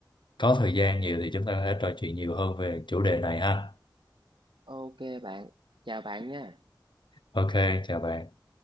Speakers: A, on the left (about 75°); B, on the right (about 80°).
A: có thời gian nhiều thì chúng ta có thể trò chuyện nhiều hơn về chủ đề này ha
B: ok bạn chào bạn nha
A: ok chào bạn